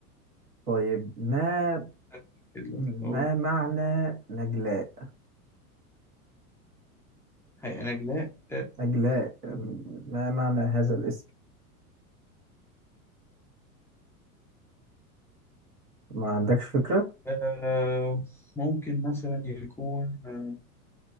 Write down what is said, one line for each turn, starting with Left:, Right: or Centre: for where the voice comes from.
Right: طيب ما
Centre: أتأكد لك
Right: ما
Centre: أقول
Right: معنى نجلاء
Centre: حقيقة نجلاء آه
Right: نجلاء آم، ما معنى هذا الاسم ما عندكش فكره
Centre: آه، ممكن مثلا يكون آه